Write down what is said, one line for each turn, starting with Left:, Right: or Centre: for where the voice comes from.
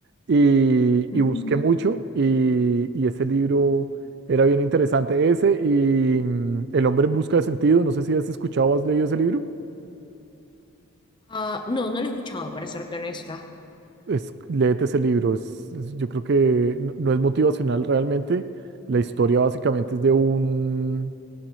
Right: y,
Left: Mm.
Right: y busqué mucho y, y ese libro era bien interesante. Ese y mm, El hombre en busca de sentido, no sé si has escuchado o has leído ese libro.
Left: Ah, no, no lo he escuchado, para serte honesta.
Right: Es, léete ese libro, es- es- yo creo que no, no es motivacional realmente. La historia básicamente es de un,